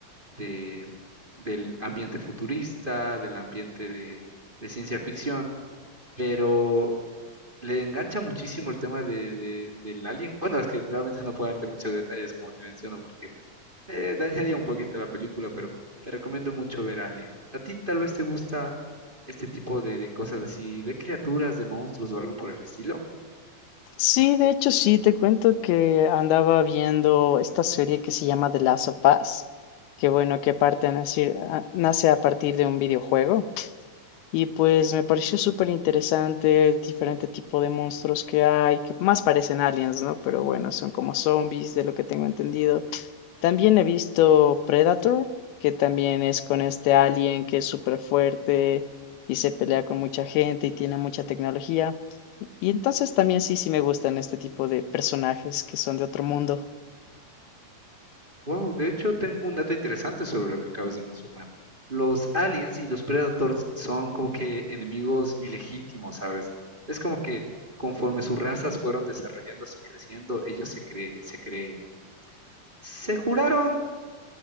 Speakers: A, on the right; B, on the left.
A: de- del ambiente futurista, del ambiente de de ciencia ficción, pero le engancha muchísimo el tema de, de- del alien. Bueno, es que realmente no puedo darte muchos detalles, como te menciono, porque pues eh, dañaría un poquito la película, pero te recomiendo mucho ver Alien. A ti tal vez te gusta este tipo de, de cosas así, de criaturas, de monstruos o algo por el estilo.
B: Sí, de hecho sí, te cuento que andaba viendo esta serie que se llama The Last of Us, que bueno, que parte a nacir- a- nace a partir de un videojuego. Y pues me pareció súper interesante el diferente tipo de monstruos que hay, que más parecen aliens, ¿no? Pero bueno, son como zombies, de lo que tengo entendido. También he visto Predator, que también es con este alien que es súper fuerte y se pelea con mucha gente y tiene mucha tecnología. Y entonces también sí, sí me gustan este tipo de personajes que son de otro mundo,
A: Wow, de hecho tengo un dato interesante sobre lo que acabas de mencionar. Los aliens y los predators son como que enemigos ilegítimos, ¿sabes? Es como que conforme sus razas fueron desarrollándose y creciendo, ellos se cre- se creen se juraron,